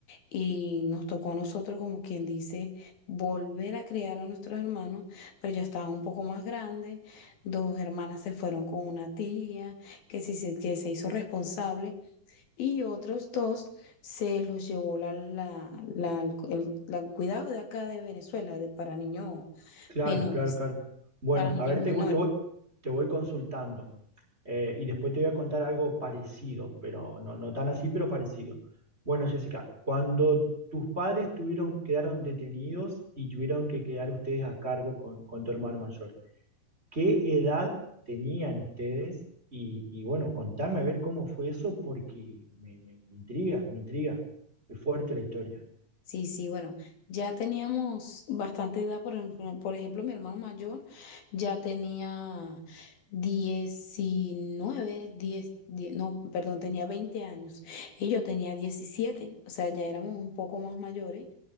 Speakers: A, on the left; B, on the right.
A: y nos tocó a nosotros, como quien dice, volver a criar a nuestros hermanos, pero ya estaban un poco más grandes. Dos hermanas se fueron con una tía que, sí se, que se hizo responsable y otros dos se los llevó la, la, la- el, la- el cuidado de acá de Venezuela, de, para niños
B: Claro,
A: menores,
B: claro, claro. Bueno,
A: para niños
B: a ver,
A: menores.
B: te voy, te voy- te voy consultando Eh, y después te voy a contar algo parecido, pero no, no tan así, pero parecido. Bueno, Jessica, cuando tus padres tuvieron, quedaron detenidos y tuvieron que quedar ustedes a cargo con, con tu hermano mayor, ¿qué edad tenían ustedes? Y, y bueno, contame a ver cómo fue eso porque me, me- me intriga, me intriga. Es fuerte la historia.
A: Sí, sí, bueno, ya teníamos bastante edad, por ejemplo, por ejemplo, mi hermano mayor ya tenía 19 10 die no, perdón, tenía 20 años y yo tenía diecisiete o sea, ya éramos un poco más mayores